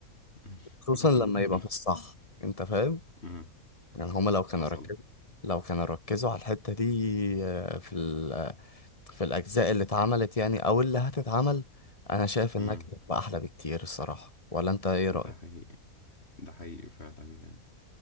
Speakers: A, on the left; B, on the left.
A: <laughs>
B: خصوصا لما يبقى في الصح انت فاهم
A: أمم،
B: يعني هما لو كانوا
A: حصل
B: ركزوا لو كانوا ركزوا على الحتة دي آه، في ال... آه، في الأجزاء اللي اتعملت يعني أو اللي هتتعمل أنا شايف إنك
A: أمم،
B: تبقى أحلى بكتير الصراحة ولا أنت إيه
A: ده
B: رأيك؟
A: حقيقي ده حقيقي فعلا يعني